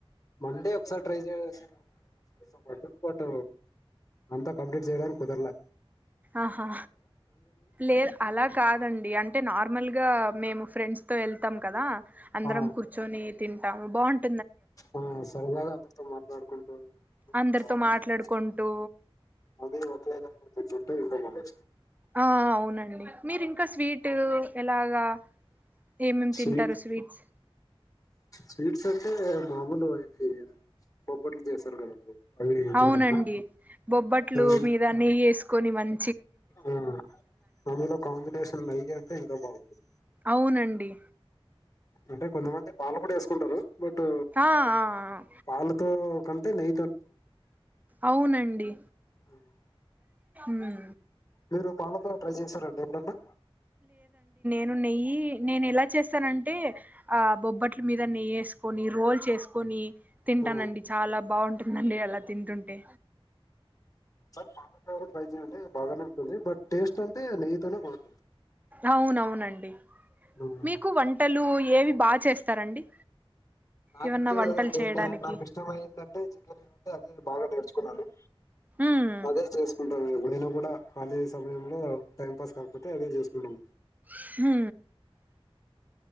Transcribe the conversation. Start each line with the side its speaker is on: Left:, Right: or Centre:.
Left: మండే ఒకసారి <inaudible> బట్ అంతా కంప్లీట్ చేయడానికి కుదర్లా
Right: ఆహా లేద్ అలా కాదండి అంటే నార్మల్ గా మేము ఫ్రెండ్స్ తో ఎళ్తాం కదా! అందరం
Left: ఆ
Right: కూర్చొని తిన్ టాము బాన్
Left: ఆ సరదాగా అందరితో మాట్లాడుకుంటు తింటుంటే
Right: అందరితో
Left: బా <unintelligible>
Right: మాట్లాడుకుంటూ
Left: అదీ ఒకే విదంగా <unintelligible> కె ఉంటాయి నాన్వేజ్.
Right: ఆ అవునండి మీరింకా స్వీటు ఎలాగా? ఏమేమి
Left: స్వీట్
Right: తింటారు స్వీట్స్
Left: స్వీట్స్ అంటే మామూలు ఇది బొబ్బట్లు చేస్తారు కదండి? అవి
Right: అవునండి
Left: తింటాము
Right: బొబ్బట్లు
Left: అవి
Right: మీద నెయ్యేసుకొని మన్
Left: ఆ అందులో కాంబినేషన్ నయ్య టె ఇంకా బాగుంటున్
Right: అవునండి.
Left: అంటే కొంతమంది పాలు కూడ ఏసుకుంటారు. బట్టు
Right: ఆ ఆ ఆ!
Left: పాలతో కంటే నై
Right: అవునండి.
Left: అవు
Right: మ్మ్
Left: మీరు పాలకూర ట్రై చేసారా అండి ఎప్పుడన్నా
Right: ను నెయ్యి నేను ఎలా చేస్తానంటే ఆ బొబ్బట్లు మీద నెయ్యేసుకొని, రోల్ చేసుకొని తింటానండి
Left: ఆ,
Right: చాలా బావుంటున్ మళ్ళీ అలా తింటుంటే.
Left: సర్ అట్లగూడ ట్రై చేయండి బాగానే ఉంటుంది. బట్, టేస్ట్ అంటే నెయ్యితోనే బావుంటుంది.
Right: అవునవునండి
Left: ఉమ్.
Right: మీకు వంటలు లు ఏవి బాగా చేస్తారండి
Left: నాకు
Right: ఏమన్నా
Left: వచ్చేదే
Right: వంటలు
Left: ప్రజ్ఞ
Right: చేయడానికి
Left: నాకు ఇష్టం అయందంటే చికెన్ అంటే అదే బాగా నేర్చుకున్నాను
Right: ఉమ్
Left: అదే చేసుకుంటాను నిన్న కూడా కాలేజీ సమయంలో టైం పాస్ కాకపోతే అదే చేసుకుంటాం
Right: హు